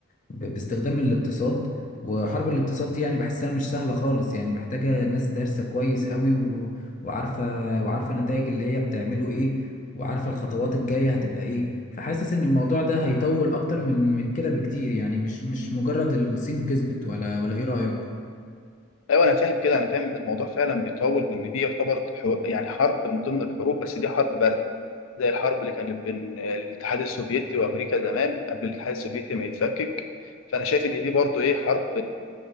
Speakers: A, on the left; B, on the left.
A: ب... باستخدام الاقتصاد وحرب الاقتصاد دي يعني بحسها مش سهلة خالص يعني محتاجة ناس دارسة كويس قوي و... وعارفة وعارفة نتائج اللي هي بتعمله ايه وعارفة الخطوات الجاية هتبقى ايه فحاسس ان الموضوع ده هيطول اكتر من من كده بكتير يعني مش مش مجرد الصين كسبت ولا ولا ايه رأيك
B: ايوه انا فاهم كده انا فاهم ان الموضوع فعلا بيطول وان دي يعتبر حو- يعني حرب من ضمن الحروب بس دي حرب بارده زي الحرب اللي كانت بين الاتحاد السوفيتي وامريكا زمان قبل الاتحاد السوفيتي ما يتفكك فانا شايف ان دي برضو ايه حرب